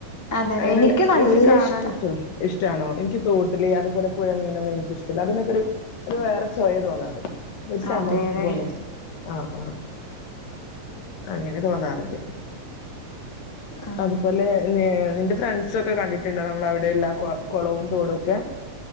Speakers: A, on the left; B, on the left.
A: അതേല്ലേ
B: അങ്ങെനെല്ല
A: എനിക്ക് നല്ല
B: ഇൻക്ക് കാണാന്ഷ്
A: ഇഷ്ടാ
B: ഇഷ്ടാണോ എനിക്ക്യ് തോട്ടില് അതുപോലെ പുഴമീനൊന്നും എനിക്കിഷ്ടല്ലാ അതിനൊക്കൊരു ഒരു വേറെ ചൊയെ തോന്നാറ് ഒര് ചമർപ്പ്
A: അതേല്ലേ
B: പോലെ ആഹ് ആഹ് അങ്ങെനെ തോന്നാറ്ണ്ട്
A: ആഹ്
B: അതുപോലെ നെ നിന്റെ ഫ്രൺ സൊക്കെ കണ്ടിട്ട്ണ്ടോ നമ്മളവിടെ ഉള്ളാ കൊ കൊളവും തോടൊക്കെ